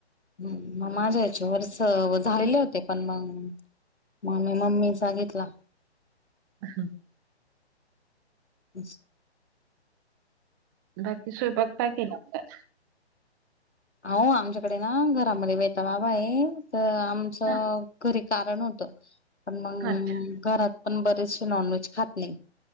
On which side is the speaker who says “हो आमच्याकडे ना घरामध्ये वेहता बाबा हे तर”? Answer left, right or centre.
Left